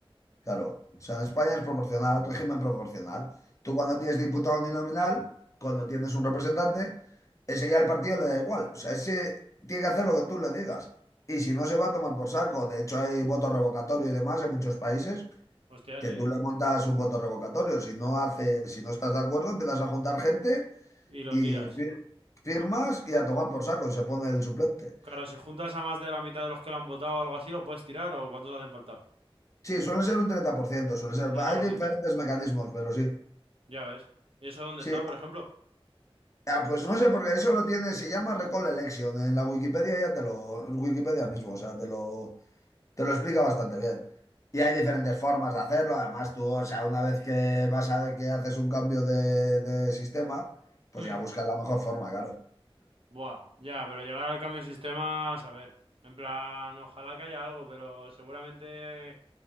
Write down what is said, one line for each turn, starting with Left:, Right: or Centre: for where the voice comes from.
Left: Claro, o sea, en España es proporcional, régimen proporcional. Tú cuando tienes diputado uninominal, cuando tienes un representante, ese ya el partido le da igual. O sea, ese tiene que hacer lo que tú le digas. Y si no, se va a tomar por saco. De hecho, hay voto revocatorio y demás en muchos países
Right: Hostia,
Left: que
Right: sí.
Left: tú le montas un voto revocatorio. Si no hace, si no estás de acuerdo, empiezas a juntar gente
Right: Y lo
Left: y
Right: tiras.
Left: fir- firmas y a tomar por saco. y Se pone el suplente.
Right: Claro, si juntas a más de la mitad de los que lo han votado o algo así, lo puedes tirar o cuántos hacen falta.
Left: Sí, suele ser un 30%, suele ser.
Right: Un treinta
Left: Hay
Right: por
Left: diferentes
Right: ciento
Left: mecanismos, pero sí.
Right: Ya ves. ¿Y eso dónde
Left: Sí,
Right: está, por ejemplo?
Left: Ya, pues no sé, porque eso lo tiene, se llama Recall Election. En la Wikipedia ya te lo, Wikipedia mismo, o sea, te lo, te lo explica bastante bien. Y hay diferentes formas de hacerlo. Además, tú, o sea, una vez que vas a, que haces un cambio de, de sistema, pues
Right: Hmm.
Left: ya buscas la mejor forma, claro.
Right: Buah, ya, pero llegar al cambio de sistemas, a ver. En plan, ojalá que haya algo, pero seguramente